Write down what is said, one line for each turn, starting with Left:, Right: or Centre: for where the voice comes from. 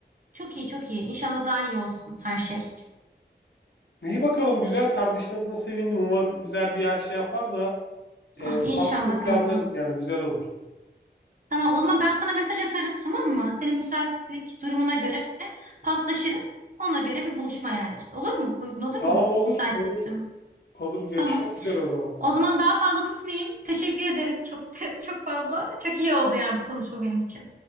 Right: Çok iyi çok iyi. İnşallah daha iyi olsun her şey.
Left: İyi bakalım güzel. Kardeşin adına sevindim. Umarım güzel bir yer şey yapar da e,
Right: Ah inşallah
Left: sonrasını
Right: kanka.
Left: planlarız yani güzel olur.
Right: Tamam o zaman ben sana mesaj atarım tamam mı? Senin müsaitlik durumuna göre paslaşırız. Ona göre bir buluşma ayarlarız. Olur mu? Uygun olur
Left: Tamam
Right: mu?
Left: olur
Right: Müsaitlik
Left: olur
Right: durumu.
Left: olur. Görüşmek
Right: Tamam.
Left: üzere o zaman.
Right: O zaman daha fazla tutmayayım. Teşekkür ederim. Çok <laughs> çok fazla. Çok iyi oldu yani bu konuşma benim için.